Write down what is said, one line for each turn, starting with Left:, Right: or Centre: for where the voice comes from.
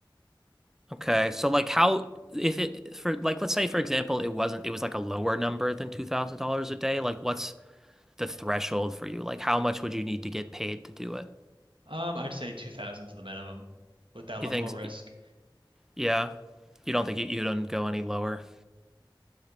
Centre: okay. So like how if it for like let's say for example it wasn't it was like a lower number than $2,000 a day, like what's the threshold for you? Like how much would you need to get paid to do it?
Right: Um, I'd say 2000's the minimum with that
Centre: You
Right: level
Centre: think
Right: of risk.
Centre: yeah, you don't think you, you don't go any lower.